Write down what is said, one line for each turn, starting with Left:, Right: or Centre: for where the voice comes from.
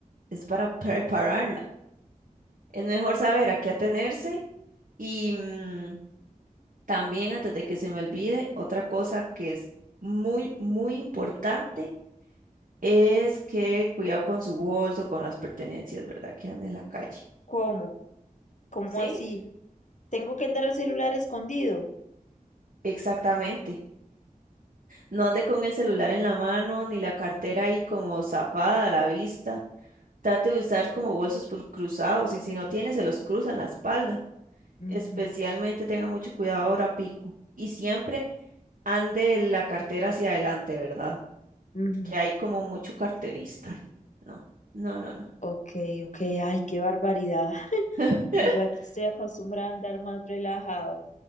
Right: es para prepararla. Es mejor saber a qué atenerse y mm, también antes de que se me olvide, otra cosa que es muy, muy importante es que cuidado con su bolso, con las pertenencias, ¿verdad? Que andan en la calle.
Left: ¿Cómo? ¿Cómo
Right: ¿Sí?
Left: así? ¿Tengo que andar el celular escondido?
Right: Exactamente. No ande con el celular en la mano ni la cartera ahí como zafada a la vista. Trate de usar como bolsos por- cruzados y si no tiene se los cruza en la espalda.
Left: Ujú,
Right: Especialmente tenga mucho cuidado ahora pico. Y siempre ande la cartera hacia adelante, ¿verdad?
Left: ujú.
Right: Que hay como mucho carterista. y No, no, no, no.
Left: Ok, ok, ay, qué barbaridad. <laughs>
Right: <laughs>
Left: Yo aquí estoy acostumbrada a andar más relajado.